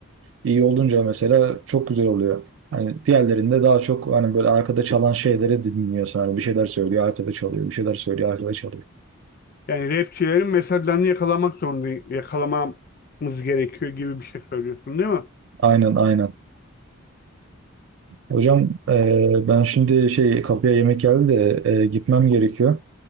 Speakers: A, on the right (about 65°); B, on the left (about 45°).
A: e, iyi olunca mesela çok güzel oluyor. Hani diğerlerinde daha çok hani böyle arkada çalan şeyleri dinliyorsun. Hani bir şeyler söylüyor, arkada çalıyor, bir şeyler söylüyor, arkada çalıyor.
B: Yani rapçilerin mesajlarını yakalamak zorunda, yakalamamız gerekiyor gibi bir şey söylüyorsun değil mi?
A: Aynen aynen. Hocam e, ben şimdi şey kapıya yemek geldi de e, gitmem gerekiyor.